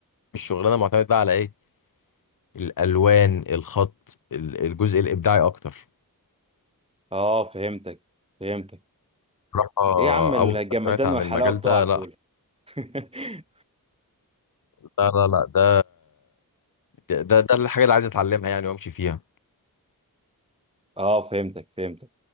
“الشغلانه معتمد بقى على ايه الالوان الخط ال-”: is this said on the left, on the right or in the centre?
Left